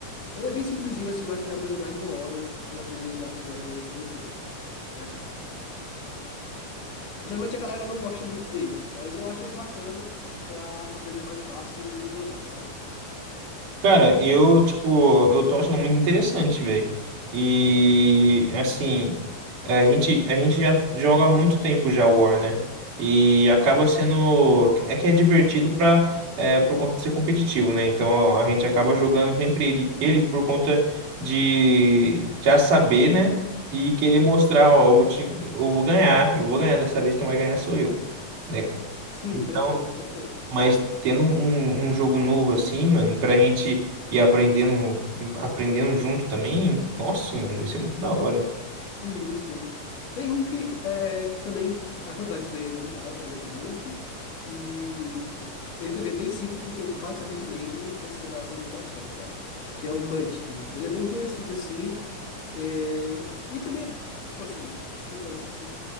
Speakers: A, on the left (about 75°); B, on the right (about 75°).
A: Ele é bem simplesinho assim, eu acho que dá pra jogar em uma hora e aprender já também a regra nesse meio tempo, né? Geralmente a galera não gosta muito dele, mas eu acho ele bacana pra aprender mais fácil e, e jogar, sabe?
B: Cara, eu, tipo, eu tô achando muito interessante, velho. E, assim, a gente, a gente já joga há muito tempo já War, né? E acaba sendo. É que é divertido pra, é, por conta de ser competitivo, né? Então a gente acaba jogando sempre ele, ele por conta de já saber, né? E querer mostrar, ó, eu vou te, eu vou ganhar, eu vou ganhar dessa vez, quem vai ganhar sou eu. Né?
A: Sim,
B: Então.
A: <laughs> perfeito, perfeito.
B: Mas tendo um, um jogo novo assim, mano, pra gente ir aprendendo, aprendendo junto também, nossa, mano, vai ser muito da hora.
A: Isso, isso. Tem um que é também a quantidade de player é limitada, teoricamente, e ele também é bem simples, porque basicamente lendo você vai aprender bastante, sabe? Que é o Munchkin. Ele é bem conhecido assim, É, e também, tipo assim, explicando assim, sim-